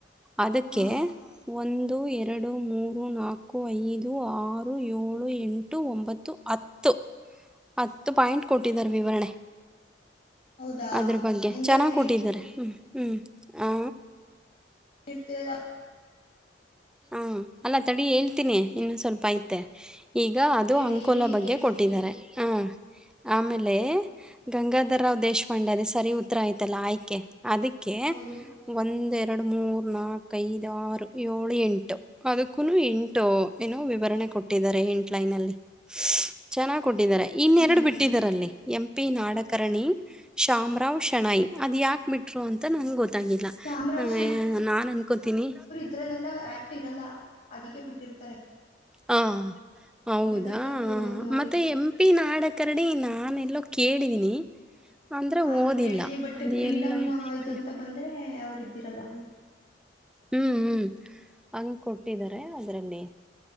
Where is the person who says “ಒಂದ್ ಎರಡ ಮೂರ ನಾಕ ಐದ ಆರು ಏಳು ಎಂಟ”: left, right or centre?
Centre